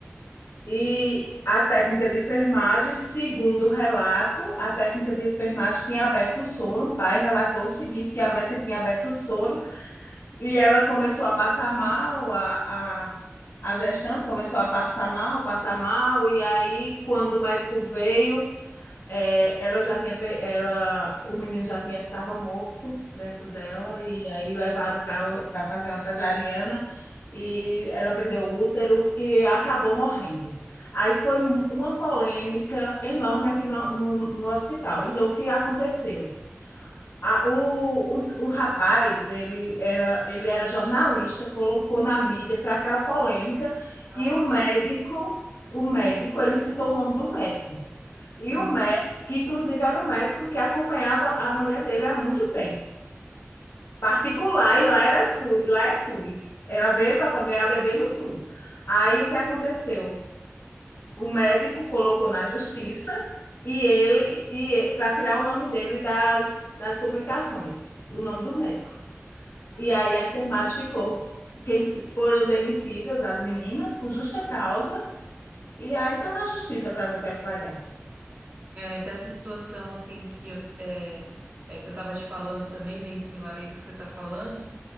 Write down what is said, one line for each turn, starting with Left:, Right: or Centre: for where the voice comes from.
Left: e a técnica de enfermagem, segundo o relato, a técnica de enfermagem tinha aberto o soro. O pai relatou o seguinte: que a médica tinha aberto o soro e ela começou a passar mal, a, a a gestante começou a passar mal, passar mal, e aí quando o médico veio, é, ela já tinha, ela, o menino já tinha, estava morto dentro dela, e aí levaram para para fazer uma cesariana, e ela perdeu o útero e acabou morrendo. Aí foi uma polêmica enorme aqui no, no, no hospital. Então, o que aconteceu? A- o, o, o rapaz, ele era, ele era jornalista, colocou na mídia, foi aquela polêmica,
Right: Nossa.
Left: e o médico, o médico, ele citou o nome do médico. E
Right: Hum.
Left: o médico, que inclusive era o médico que acompanhava a mulher dele há muito tempo. Particular, e lá era SU, e lá é SUS. Ela veio para ganhar bebê no SUS. Aí o que aconteceu? O médico colocou na justiça e ele e para tirar o nome dele das, das publicações, o nome do médico.
Right: Hum.
Left: E aí a enfermagem ficou. Quem, foram demitidas as meninas por justa causa, e aí tá na justiça para ver o que é que vai dar.
Right: É, dessa situação assim que eu, é, é, que eu tava te falando também, bem similar a isso que você tá falando.